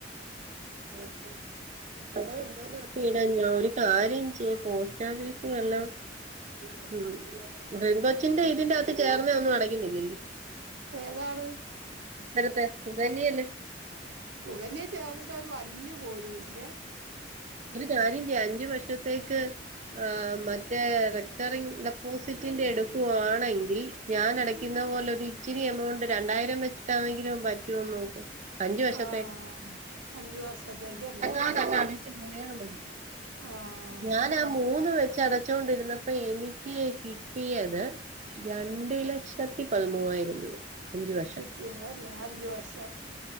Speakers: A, on the right; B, on the right.
A: ഉ അപ്പടെ എന്തോ <unintelligible> ഞാൻ ഒരു കാര്യം ചെയ്യാ പോസ്റ്റാഫീസ്ന്നെല്ലാം ഉം പെൺ
B: ഉം
A: കൊച്ചിന്റെ
B: ഇനിയിപ്പോ
A: ഇതിന്റെ അകത്ത് ചേർന്ന ഒന്നും അടങ്ങുന്നിലല്ലേ
B: ഏതാണ്
A: അപ്പുറത്തെ സുകന്യയേല്ല്
B: സുകന്യ ചേർന്നിട്ട് അവര് വര്ഞ്ഞു പോലുംല്ലേ
A: ഒര് കാര്യം ചെയ്യാ അഞ്ചു വർഷത്തേക്ക് ആ മറ്റേ റെക്കറിംഗ് ഡെപ്പോസിറ്റിന്റെ എടുക്കുവാണെങ്കിൽ ഞാൻ അടയ്ക്കുന്ന പോലെ ഒരു ഇച്ചിരി എമൗണ്ട് രണ്ടായിരം വെച്ചിട്ടാണെങ്കിലും പറ്റുവോ നോക്ക് അഞ്ചു വർഷത്തേക്ക്
B: ആഹ് അഞ്ചു വർഷത്തേക്കല്ലേ
A: അപ്പ തന്നെ അടച്ച് പോയാ മതി
B: ആഹ്
A: ഞാൻ ആ മൂന്ന് വെച്ച് അടച്ചൊണ്ടിരുന്ന ഇപ്പൊ എനിക്ക് കിട്ടിയത് രണ്ട് ലക്ഷത്തി പതിമൂവായിരം രൂപ അഞ്ചു വർഷം
B: കിട്ടിയതല്ലേ അഞ്ച് വർഷം